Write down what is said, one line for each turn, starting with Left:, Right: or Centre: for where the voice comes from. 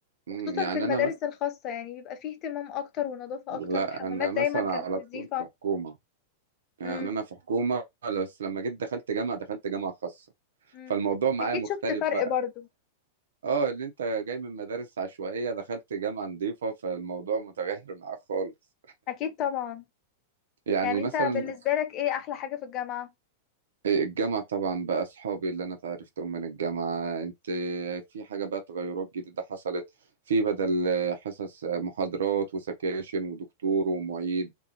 Right: امم
Left: وخصوصا
Right: يعني
Left: في المدارس
Right: أنا مثلا
Left: الخاصة يعني بيبقى فيه اهتمام أكتر ونظافة
Right: لا
Left: أكتر الحمامات
Right: أنا
Left: دايما
Right: مثلا
Left: كانت
Right: على
Left: نظيفة
Right: طول في حكومة يعني
Left: مم،
Right: أنا في حكومة بس لما جيت دخلت جامعة دخلت جامعة خاصة
Left: مم.
Right: فالموضوع معايا
Left: أكيد
Right: مختلف
Left: شفت فرق
Right: بقى
Left: برضو
Right: اه اللي انت جاي من مدارس عشوائية دخلت جامعة نظيفة فالموضوع متغير معاك خالص
Left: أكيد طبعا
Right: يعني
Left: يعني
Right: مثلا
Left: انت بالنسبة لك ايه احلى حاجة في الجامعة
Right: آه، الجامعة طبعا بقى أصحابي اللي أنا اتعرفتهم من الجامعة أنت في حاجة بقى تغيرات جديدة حصلت في بدل حصص محاضرات وسكاشن ودكتور ومعيد